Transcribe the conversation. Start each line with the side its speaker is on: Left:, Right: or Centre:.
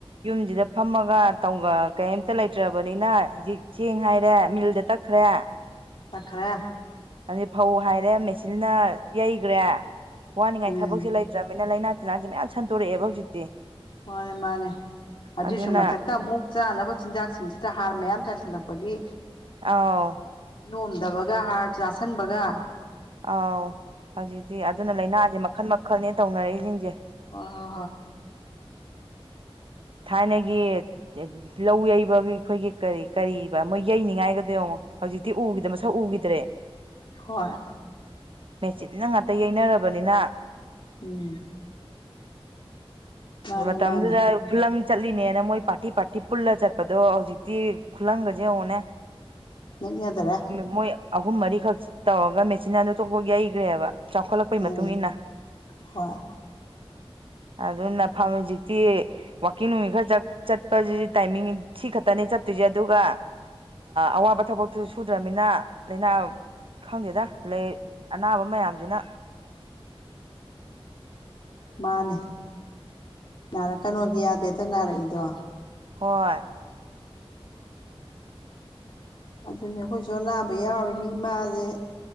Right: ꯌꯨꯝꯁꯤꯗ ꯐꯝꯃꯒ ꯀꯩꯝꯇ ꯂꯩꯇ꯭ꯔꯕꯅꯤꯅ ꯍꯧꯖꯤꯛ ꯁꯦꯡ ꯍꯥꯏꯔꯦ ꯃꯤꯜꯗ ꯇꯛꯈ꯭ꯔꯦ
Left: ꯆꯈ꯭ꯔꯦ
Right: ꯑꯗꯨ ꯐꯧ ꯍꯥꯏꯔꯦ ꯃꯦꯆꯤꯟꯅ ꯌꯩꯈ꯭ꯔꯦ ꯋꯥꯅꯤꯡꯉꯥꯏ
Left: ꯎꯝ
Right: ꯊꯕꯛꯁꯦ ꯂꯩ ꯂꯩꯠꯇ꯭ꯔꯃꯤꯅ ꯂꯥꯏꯅꯥ ꯇꯤꯟꯅꯥꯁꯦ ꯃꯌꯥꯝ ꯁꯟꯗꯣꯔꯛꯑꯦꯕ ꯍꯧꯖꯤꯛꯇꯤ
Left: ꯃꯥꯅꯦ ꯃꯥꯅꯦ ꯑꯗꯨꯁꯨ
Right: ꯑꯗꯨꯅ
Left: ꯃꯊꯛꯇ ꯑꯃꯨꯛ ꯆꯥꯅꯕ ꯆꯤꯟꯖꯥꯛꯁꯤꯡꯁꯤꯗ ꯍꯥꯔ ꯃꯌꯥꯝ ꯆꯥꯏꯁꯤꯜꯂꯛꯄꯒꯤ
Right: ꯑꯥꯎ
Left: ꯅꯣꯝꯗꯕꯒ ꯍꯥꯔ ꯆꯥꯥꯁꯟꯕꯒ
Right: ꯑꯥꯎ ꯍꯧꯖꯤꯛꯇꯤ ꯑꯗꯨꯅ ꯂꯥꯏꯅꯥꯁꯦ ꯃꯈꯜ ꯃꯈꯜꯅꯦ ꯇꯧꯅꯔꯛꯏꯁꯤꯡꯁꯦ
Left: ꯑꯣ ꯍ
Right: ꯊꯥꯏꯅꯒꯤ ꯂꯧ ꯌꯩꯕꯒꯤ ꯑꯩꯈꯣꯏꯒꯤ ꯀꯔꯤ ꯀꯔꯤꯕ ꯃꯣꯏ ꯌꯩꯅꯤꯡꯉꯥꯏꯒꯗꯣꯏ ꯌꯦꯡꯉꯣ ꯍꯧꯖꯤꯛꯇꯤ ꯎꯈꯤꯗ ꯃꯁꯛ ꯎꯈꯤꯗ꯭ꯔꯦ
Left: ꯍꯣꯏ
Right: ꯃꯦꯆꯤꯟꯅ ꯉꯥꯛꯇ ꯌꯩꯅꯔꯕꯅꯤꯅ
Left: ꯎꯝ ꯃꯥꯅꯤ
Right: ꯃꯝꯗ
Left: ꯃꯥꯅꯤ
Right: ꯈꯨꯂꯪ ꯆꯠꯂꯤꯅꯦꯅ ꯃꯣꯏ ꯄꯥꯔꯇꯤ ꯄꯥꯔꯇꯤ ꯄꯨꯜꯂ ꯆꯠꯄꯗꯣ ꯍꯧꯖꯤꯛꯇꯤ ꯈꯨꯂꯪꯒꯁꯦ ꯌꯦꯡꯉꯣꯅꯦ
Left: ꯅ ꯌꯥꯗ꯭ꯔꯦ
Right: ꯃꯣꯏ ꯑꯍꯨꯝ ꯃꯔꯤꯈꯛ ꯇꯧꯔꯒ ꯃꯦꯆꯤꯟ ꯑꯗꯨ ꯇꯣꯛ ꯌꯩꯈ꯭ꯔꯦꯕ ꯆꯥꯎꯈꯠꯂꯛꯄꯩ
Left: ꯎꯝ
Right: ꯃꯇꯨꯡ ꯏ ꯃꯇꯨꯡꯏꯟꯅ
Left: ꯍꯣꯏ
Right: ꯑꯗꯨꯅ ꯐꯥꯝ ꯍꯧꯖꯤꯛꯇꯤ ꯋꯥꯋꯀꯤꯡ ꯅꯨꯅꯨꯡꯃꯤꯠ ꯈꯔ ꯆꯠꯄꯁꯤꯗꯤ ꯇꯥꯏꯃꯤꯡ ꯁꯤ ꯈꯛꯇꯅꯦ ꯆꯠꯇꯣꯏꯁꯦ ꯑꯗꯨꯒ ꯑꯋꯥꯕ ꯊꯕꯛꯇꯨ ꯁꯨꯗ꯭ꯔꯅꯤꯅ ꯂꯥꯏꯅꯥ ꯈꯪꯗꯦꯗ ꯂꯩ ꯑꯅꯥꯕ ꯃꯌꯥꯝꯁꯤꯅ
Left: ꯃꯥꯅꯦ ꯅꯥꯔꯛꯀꯅꯣꯗꯤ ꯌꯥꯗꯦ ꯍꯦꯛꯇ ꯅꯥꯔꯛꯏꯗꯣ
Right: ꯍꯣꯏ
Left: ꯑꯗꯨꯅꯤ ꯑꯩꯈꯣꯏꯁꯨ ꯑꯅꯥꯕ ꯌꯥꯎꯔꯤꯅꯤ ꯏꯃꯥꯁꯦ